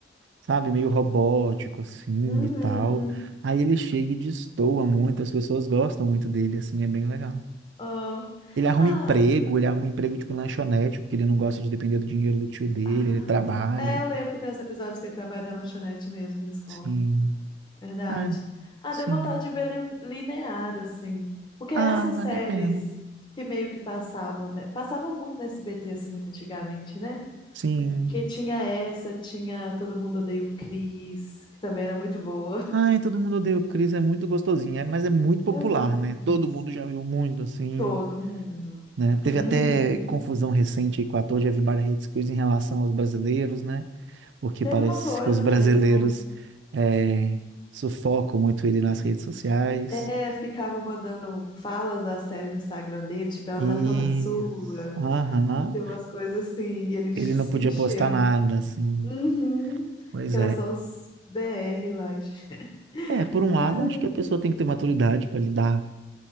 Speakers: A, on the right (about 80°); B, on the left (about 25°).
A: sabe, meio robótico, assim,
B: Uhum.
A: e tal. Aí ele chega e destoa muito, as pessoas gostam muito dele, assim, é bem legal.
B: Oh.
A: Ele arruma
B: Ah,
A: emprego, ele arruma emprego, tipo, em lanchonete, porque ele não gosta de depender do dinheiro do tio dele,
B: ah.
A: ele trabalha,
B: É, eu lembro que tem os episódios que ele trabalha na lanchonete mesmo da escola.
A: sim.
B: Verdade.
A: Ah,
B: Ah,
A: sim.
B: deu vontade de ver li- linear, assim. Porque essas
A: Ah, vale
B: séries
A: a pena.
B: que meio que passavam, né? Passavam muito na SBT, assim, muito antigamente, né?
A: Sim.
B: Porque tinha essa, tinha Todo Mundo Odeia o Chris, que também era muito boa. <laughs>
A: Ai, todo mundo odeia o Chris, é muito gostosinho, é, mas é muito popular,
B: É bem.
A: né?
B: bom.
A: Todo mundo já viu muito, assim,
B: Todo mundo.
A: né? Teve
B: Uhum.
A: até confusão recente aí com o ator de Everybody Hates Chris em relação aos brasileiros, né? Porque
B: Teve
A: parece
B: uma coisa
A: que os brasileiros
B: mesmo.
A: é, sufocam muito ele nas redes sociais.
B: É, ficavam mandando falas da série no Instagram dele, tipo, ela
A: E...
B: tá tão na sua.
A: Aham.
B: Tem umas coisas assim, e ele
A: Ele
B: se
A: não podia
B: encheu
A: postar nada, assim.
B: Uhum.
A: Pois
B: Que era
A: é.
B: só os BR lá. gente. <laughs>
A: É, por um lado,
B: Ai,
A: acho que a pessoa tem que ter maturidade para lidar